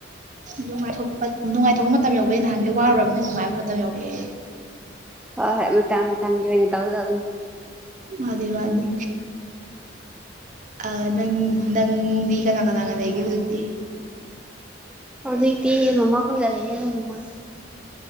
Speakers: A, on the right (about 40°); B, in the centre.
A: ꯅꯨꯡꯉꯥꯏꯊꯣꯛꯄ ꯅꯨꯡꯉꯥꯏꯊꯣꯛꯄ ꯃꯇꯝ ꯌꯧꯧꯕ ꯅꯍꯥꯟꯒ ꯋꯥꯔꯨꯔꯕꯅ ꯅꯨꯡꯉꯥꯏꯕ ꯃꯇꯝ ꯌꯧꯔꯛꯑꯦ
B: ꯍꯣꯏ ꯍꯣꯏ ꯃꯇ ꯃꯇꯝꯒꯤ ꯑꯣꯏꯅ ꯇꯧꯒꯗꯕꯅꯤ
A: ꯃꯥꯗꯤ ꯋꯥꯅꯤ ꯑ ꯅꯪ ꯅꯪꯒ ꯅꯅꯥꯒꯅꯥꯒꯗ ꯍꯒ ꯍꯧꯇꯤ
B: ꯍꯧꯖꯤꯛꯇꯤ ꯃꯃꯥ ꯈꯣꯏꯒꯂꯦ ꯑꯗꯨ ꯃꯃꯥ